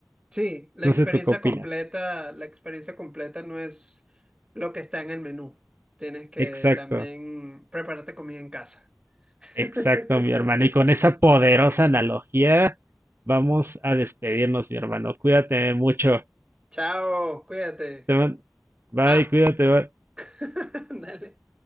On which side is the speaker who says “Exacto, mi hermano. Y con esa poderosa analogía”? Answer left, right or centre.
Right